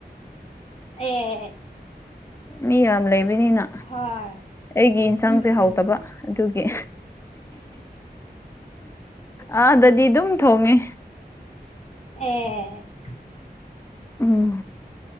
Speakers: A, on the left; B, on the left.
A: ꯑꯦ
B: ꯃꯤ ꯌꯥꯝ ꯂꯩꯕꯅꯤꯅ
A: ꯍꯣꯏ
B: ꯑꯩꯒꯤ ꯌꯦꯟꯁꯥꯡꯁꯦ
A: ꯎꯝ
B: ꯍꯥꯎꯇꯕ
A: ꯎꯝ
B: ꯑꯗꯨꯒꯤ ꯑꯥꯗꯗꯤ ꯑꯗꯨꯝ ꯊꯣꯡꯉꯦ
A: ꯑꯦ ꯑꯦ
B: ꯎꯝ